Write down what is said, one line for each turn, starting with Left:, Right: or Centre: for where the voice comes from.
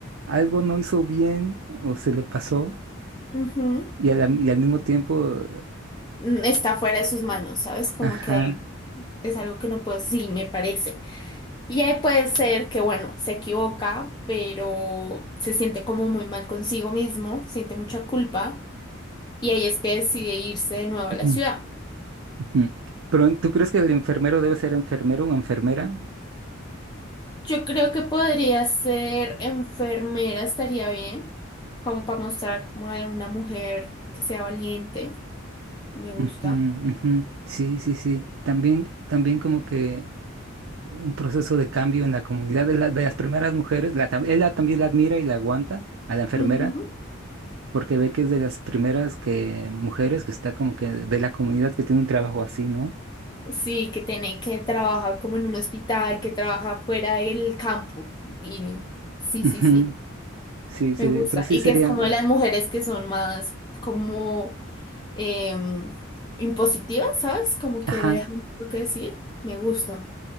Right: algo no hizo bien o se le pasó
Left: Ujú.
Right: y, a la- y al mismo tiempo,
Left: Mm, Está fuera de sus manos, ¿sabes? Como
Right: ajá.
Left: que es algo que no puedo, sí, me parece. Y ahí puede ser que, bueno, se equivoca, pero se siente como muy mal consigo mismo, siente mucha culpa, y ahí es que decide irse de nuevo a la
Right: mm,
Left: ciudad.
Right: ujú. Pero ¿tú crees que el enfermero debe ser enfermero o enfermera?
Left: Yo creo que podría ser enfermera, estaría bien, como para mostrar como de una mujer que sea valiente, me gusta.
Right: Ujú, ujú. Sí, sí, sí. También, también como que un proceso de cambio en la comunidad de, la- de las primeras mujeres. La, tam- ella también la admira y la aguanta a la enfermera
Left: Ujú.
Right: porque ve que es de las primeras que, mujeres que está como que de la comunidad que tiene un trabajo así, ¿no?
Left: Sí, que tiene que trabajar como en un hospital, que trabaja fuera del campo. Y sí,
Right: Ujú.
Left: sí, sí,
Right: Sí, sí.
Left: me
Right: Entonces
Left: gusta.
Right: sí
Left: Y
Right: sería...
Left: que es como de las mujeres que son más como em, impositivas, ¿sabes? Como que
Right: Ajá.
Left: dejan lo que decir, me gusta.